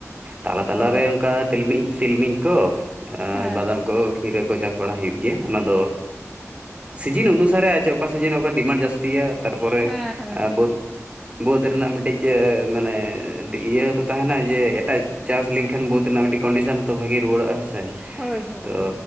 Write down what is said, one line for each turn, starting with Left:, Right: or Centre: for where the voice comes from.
Right: ᱛᱟᱞᱟ ᱛᱟᱞᱟ
Centre: ᱚ
Right: ᱨᱮ ᱚᱱᱠᱟ ᱛᱤᱞᱢᱤᱧ ᱥᱤᱞᱢᱤᱧ ᱠᱚ ᱟ
Centre: ᱦᱮᱸ
Right: ᱵᱟᱫᱟᱢ ᱠᱚ᱾ ᱠᱷᱤᱨᱟᱹ ᱠᱚ ᱪᱟᱥ ᱵᱟᱲᱟ ᱦᱩᱭᱩᱜ ᱜᱮᱭᱟ ᱾ ᱚᱱᱟ ᱫᱚ ᱥᱤᱡᱤᱱ ᱚᱱᱩᱥᱟᱨᱮ᱾ ᱚᱠᱟ ᱥᱤᱡᱤᱱ ᱚᱠᱟ ᱰᱤᱢᱟᱱᱰ ᱡᱟᱹᱥᱛᱤᱭᱟ᱾ ᱛᱟᱨᱯᱚᱨᱮ
Centre: ᱦᱮᱸ ᱦᱮᱸ
Right: ᱵᱟᱹᱛ ᱵᱟᱹᱫᱽ ᱨᱮᱱᱟᱜ ᱢᱤᱫᱴᱤᱡ ᱢᱟᱱᱮ ᱤᱭᱟᱹᱛᱚ ᱛᱟᱦᱮᱱᱟ ᱡᱮ ᱮᱴᱟᱜ ᱪᱟᱥ ᱞᱮᱧᱠᱷᱟᱱ ᱵᱟᱹᱫᱽ ᱨᱮᱱᱟᱜ ᱢᱤᱫᱴᱤᱡ ᱠᱚᱱᱰᱤᱥᱚᱱ ᱦᱚᱸ ᱛᱚ ᱵᱷᱟᱹᱜᱤ ᱨᱩᱣᱟᱹᱲᱚᱜ ᱦᱮᱸ ᱥᱮ
Centre: ᱦᱳᱭ
Right: ᱾
Centre: ᱦᱳᱭ
Right: ᱛᱚ